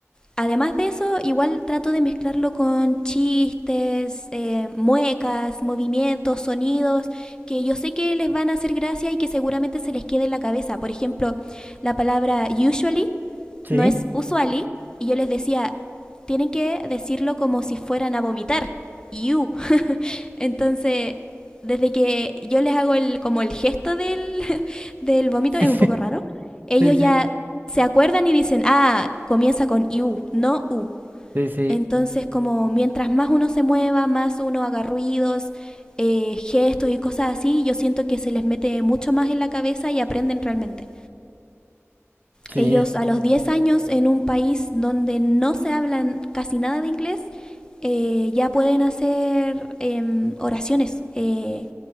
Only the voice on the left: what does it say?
Además de eso, igual trato de mezclarlo con chistes, eh, muecas, movimientos, sonidos, que yo sé que les van a hacer gracia y que seguramente se les quede en la cabeza. Por ejemplo, la palabra usually
no es usually, y yo les decía, tienen que decirlo como si fueran a vomitar. You. Entonces, desde que yo les hago el, como el gesto del, <laughs> del vómito,
es un poco raro, ellos
ya se acuerdan y dicen, ah, comienza con you, no u.
Entonces, como mientras más uno se mueva, más uno haga ruidos, eh, gestos y cosas así, yo siento que se les mete mucho más en la cabeza y aprenden realmente.
Ellos a los diez años en un país donde no se hablan casi nada de inglés, eh, ya pueden hacer em, oraciones eh,